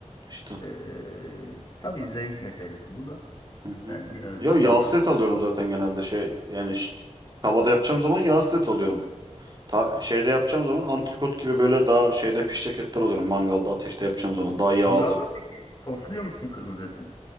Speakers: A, on the right (about 35°); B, on the left (about 30°).
A: İşte.
B: eee tabii zevk meselesi bu da.
A: Hı hı.
B: Ben birazcık
A: Yo yağsız
B: öyle
A: et alıyorum zaten genelde şey. Yani ş- tavada yapacağım zaman yağsız et alıyorum.
B: seviyorum.
A: Ta, şeyde yapacağım zaman antrikot gibi böyle daha şeyde pişecek etler alıyorum. Mangalda ateşte yapacağım
B: Hmm.
A: zaman daha yağlı.
B: Mangalda peki sosluyor musun kırmızı eti?